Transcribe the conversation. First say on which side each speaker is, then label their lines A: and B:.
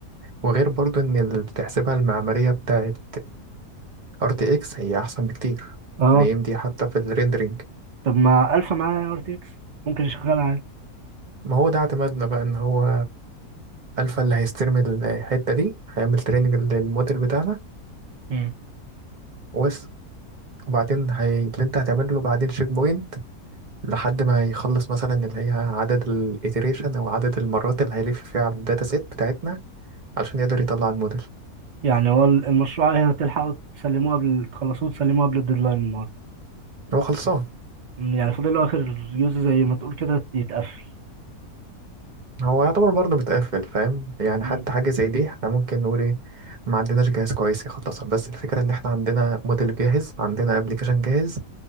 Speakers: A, on the right; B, on the right.
A: وغير برضو ان اللي تحسبها المعمارية بتاعت ار تي اكس هي احسن بكتير
B: اه
A: من اي ام دي حتى في الريندرينج
B: طب ما الفا معايا ار تي اكس ممكن يشغل عادي
A: ما هو ده اعتمادنا بقى ان هو الفا اللي هيستلم الحتة دي هيعمل تريننج للموديل بتاعنا
B: مم.
A: وبس وبعدين هي... اللي انت هتعمل له بعدين تشيك بوينت لحد ما يخلص مثلا اللي هي عدد الايتريشن او عدد المرات اللي هيلف فيها على الداتا سيت بتاعتنا علشان يقدر يطلع الموديل
B: يعني هو ال- المشروع هي هتلحقوا تسلموه قبل تخلصوه تسلموه قبل الديدلاين النهارده
A: هو خلصان
B: مم، يعني فاضل له اخر يوز زي ما تقول كده يتقفل
A: هو يعتبر برضه متقفل فاهم يعني
B: مم.
A: حتى حاجة زي دي احنا ممكن نقول ايه ما عندناش جهاز كويس يخلصها بس الفكرة ان احنا عندنا موديل جاهز عندنا ابلكيشن جاهز